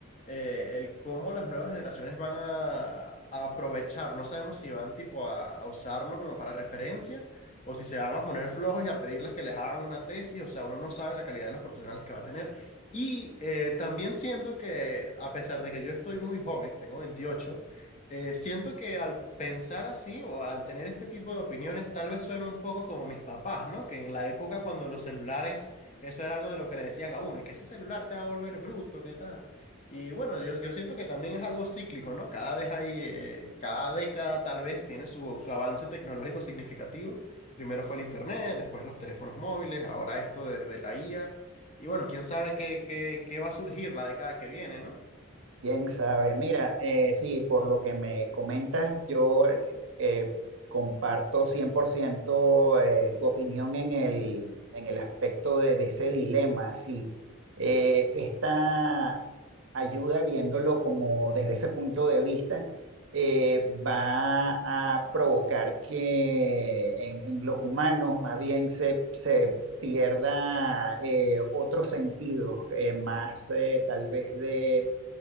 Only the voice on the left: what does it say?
eh, el cómo las nuevas generaciones van a, a aprovechar, no sabemos si van tipo a a usarlo como para referencia o si se van a poner flojos y a pedirles que les hagan una tesis, o sea, uno no sabe la calidad de los profesionales que va a tener. Y eh, también siento que, a pesar de que yo estoy muy joven, tengo 28, eh, siento que al pensar así o al tener este tipo de opiniones, tal vez suena un poco como mis papás, ¿no? Que en la época cuando los celulares, eso era algo de lo que le decían a uno, y que ese celular te va a volver bruto, ¿qué tal? Y bueno, yo, yo siento que también es algo cíclico, ¿no? Cada vez hay, eh, cada década tal vez tiene su, su avance tecnológico significativo. Primero fue el internet, después los teléfonos móviles, ahora esto de, de la IA. Y bueno, quién sabe qué, qué, qué va a surgir la década que viene, ¿no?